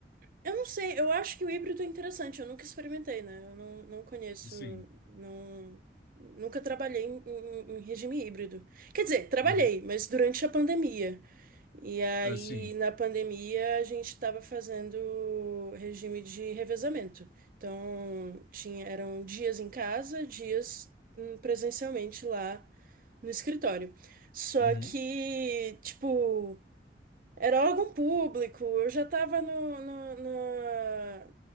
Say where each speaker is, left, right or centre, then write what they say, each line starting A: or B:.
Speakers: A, on the right (about 50°); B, on the left (about 60°).
A: eu não sei, eu acho que o híbrido é interessante, eu nunca experimentei, né? Eu não, não conheço,
B: Sim.
A: não, nunca trabalhei em, em- em regime híbrido. Quer dizer, trabalhei,
B: Uhum.
A: mas durante a pandemia. E aí,
B: Assim.
A: na pandemia, a gente estava fazendo regime de revezamento. Então, tinha, eram dias em casa, dias hum, presencialmente lá no escritório. Só
B: Uhum.
A: que, tipo. Era órgão público, eu já estava no, no, na-